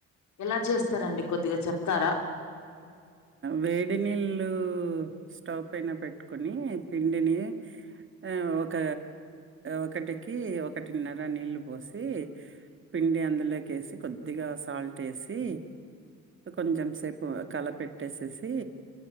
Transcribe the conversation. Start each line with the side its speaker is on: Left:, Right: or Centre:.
Left: ఎలా చేస్తారండి కొద్దిగా చెప్తారా
Right: వేడినీళ్ళు స్టవ్ పైన పెట్టుకొని పిండిని ఆ ఒక ఒకటికి ఒకటిన్నర నీళ్ళు పోసి పిండి అందులోకి ఏసి కొద్దిగా సాల్ట్ ఏసి కొంచెం సేపు కలపెట్టేసేసి